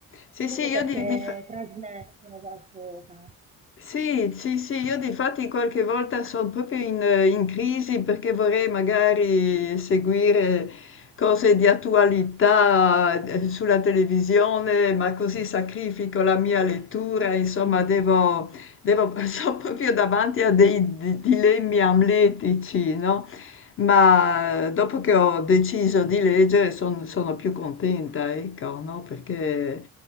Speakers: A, on the left; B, on the right.
A: sì,
B: Proprio
A: sì, io
B: perché
A: di, di-
B: trasmettono qualcosa.
A: Sì, sì, sì, io difatti qualche volta sono proprio in, eh, in crisi perché vorrei magari seguire cose di attualità eh, sulla televisione, ma così sacrifico la mia lettura,
B: <laughs>
A: insomma, devo, devo- <laughs> sono proprio davanti a dei di- dilemmi amletici, no? Ma dopo che ho deciso di leggere son- sono più contenta, ecco, no? Perché